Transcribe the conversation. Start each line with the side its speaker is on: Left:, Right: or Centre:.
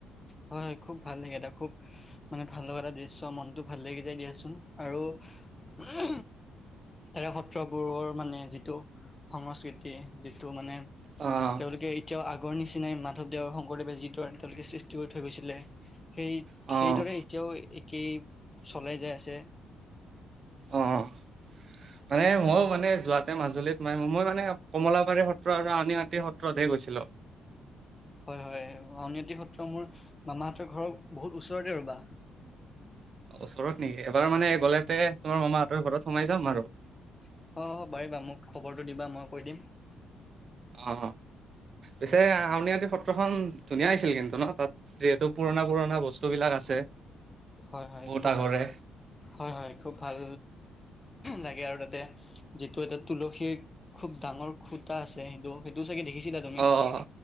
Left: হয় হয় খুব ভাল লাগে এটা খুব মানে ভাল লগা এটা দৃশ্য মনটো ভাল লাগি যায় দিয়াচোন আৰু আৰু তাৰে সত্ৰবোৰৰ মানে যিটো সংস্কৃতি যিটো মানে
Right: অ',
Left: তেওঁলোকে এতিয়াও আগৰ নিচিনাই মাধৱদেৱৰ শংকৰদেৱে যিদৰে তেওঁলোকে সৃ <unintelligible> থৈ গৈছিলে, সেই
Right: অ',
Left: সেইদৰে এতিয়াও <unintelligible> চলাই যাই আছে।
Right: আহঁ। মানে ময়ো মানে যোৱাতে মাজুলীত মাৰিম মই মানে কমলাবাৰী সত্ৰ আৰু আনীআটী সত্ৰতেহে গৈছিলো। <unintelligible>
Left: হয় হয় আউনীআটী সত্ৰ মোৰ মামাহতৰ ঘৰৰত বহুত ওচৰতে ৰবা।
Right: ওচৰত নেকি এবাৰ মানে গলেতে তোমাৰ মামাহঁতৰ ঘৰত সোমাই যাম আৰু।
Left: অ, হ পাৰিবা মোক খবৰটো দিবা মই কৈ দিম।
Right: অ,। পিছে আউনিআটি সত্ৰখনন ধুনীয়া আহিছিল কিন্তু ন তাত যিহেতু পুৰণা পুৰণা বস্তু বিলাক আছে।
Left: হয়, হয়
Right: বহুত
Left: খুব
Right: আগৰে
Left: হয়, হয় খুব ভাল লাগে আৰু তাতে যিটো এটা তুলসীৰ খুব ডাঙৰ খুত কটা আছে সেইটো সেইটোও চাগে দেখিছিলা তুমি।
Right: অ',